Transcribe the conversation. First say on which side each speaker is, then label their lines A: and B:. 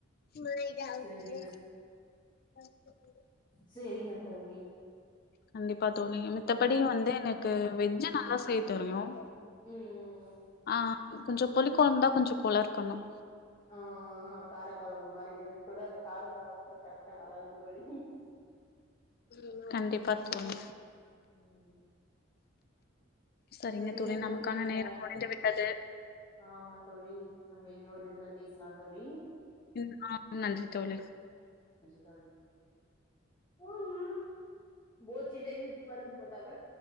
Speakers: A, on the left (about 50°); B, on the left (about 25°).
A: மா இது அவுத்துடு.
B: சரிங்க
A: மா அவுத்துடு.
B: சேரிங்க தோழி.
A: கண்டிப்பா தோழி மித்தபடி வந்து எனக்கு வெஜ்ஜி நல்லா செய்ய தெரியும்
B: ம் ம்
A: ஆஹ் கொஞ்சம் பொலுக்கோ இருந்தா கொஞ்சம் கோளாரு பண்ணும்.
B: ஹாஹா காரக்கொழம்பு மாரி எனக்கூட அந்த. கார கொழம்பு மட்டும் கரெக்டா வராது தோழி உஹஹம்.
A: <unintelligible> கண்டிப்பா தோணு.
B: ம்
A: சரிங்க
B: செரிங்க
A: தோழி நமக்கான
B: நம்ப
A: நேரம் முடிந்து விட்டது.
B: ஆமா தோழி நம்ம இன்னொரு இதுல பேசலாம் தோழி.
A: ம் ஆஹ நன்றி தோழி.
B: ஹ. போமா போச்சுட்டு எங்க பருகுது பதாவ.